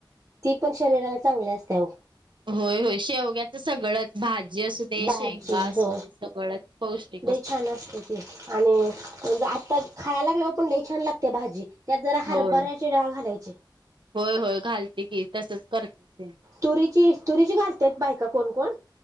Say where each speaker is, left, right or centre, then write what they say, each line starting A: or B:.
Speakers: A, on the right; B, on the right.
A: ती पण शरीराला चांगली असते हो
B: होय हो शेवग्याच सगळंच भाजी असू दे
A: भाजी
B: शेंगा असू
A: हो
B: दे सगळंच पौष्टिक
A: ते छान असते तेी आणि म्हणज आता खायला लागल पण लई छान लागते भाजी त्यात जरा हरभऱ्याची
B: होय
A: डाळ घालायचे
B: होय होय घालते की तसच करते सेम
A: तुरीची तुरीची घालतत बायका कोण कोण